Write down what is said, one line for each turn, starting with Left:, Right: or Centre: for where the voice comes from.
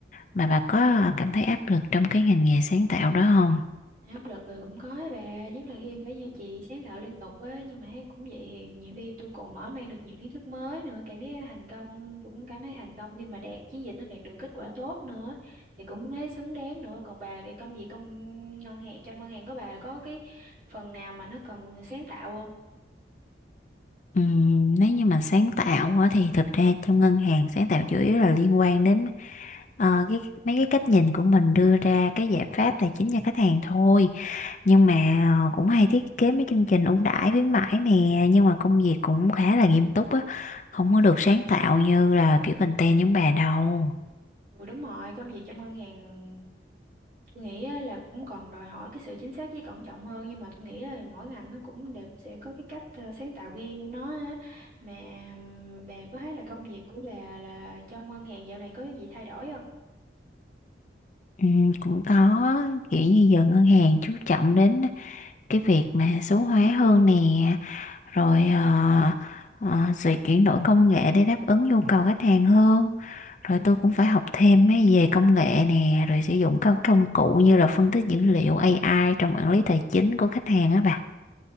Left: mà bà có ờ, cảm thấy áp lực trong cái ngành nghề sáng tạo đó không
Right: Áp lực rồi cũng có á bà, nhất là khi phải duy trì sáng tạo liên tục á, nhưng mà thấy cũng vậy, thì nhiều khi tôi còn mở mang được nhiều kiến thức mới nữa, cảm giác thành công, tôi cũng cảm thấy thành công khi mà đạt chiến dịch nó đạt được kết quả tốt nữa, thì cũng thấy xứng đáng nữa. Còn bà cái công việc công ngân hàng trong ngân hàng của bà có cái phần nào mà nó cần sáng tạo không?
Left: Ừm, nếu như mà sáng tạo á, thì thực ra trong ngân hàng sáng tạo chủ yếu là liên quan đến ờ, cái mấy cái cách nhìn của mình đưa ra cái giải pháp tài chính cho khách hàng thôi nhưng mà cũng hay thiết kế mấy chương trình ưu đãi khuyến mãi nè nhưng mà công việc cũng khá là nghiêm túc á không có được sáng tạo như là kiểu content giống bà đâu
Right: Ừ đúng rồi, công việc trong ngân hàng Tôi nghĩ á, là cũng còn đòi hỏi cái sự chính xác với cẩn trọng hơn nhưng mà tôi nghĩ là mỗi ngành nó cũng đều sẽ có cái cách ờ, sáng tạo riêng của nó á. Mà ừm, bà có thấy là công việc của bà là trong ngân hàng dạo này có gì thay đổi không?
Left: ừ, cũng có kiểu như giờ ngân hàng chú trọng đến cái việc mà số hóa hơn nè rồi ờ, ờ, sự chuyển đổi công nghệ để đáp ứng nhu cầu khách hàng hơn rồi tôi cũng phải học thêm mấy về công nghệ nè rồi sử dụng các công cụ như là phân tích dữ liệu AI trong quản lý tài chính của khách hàng á bà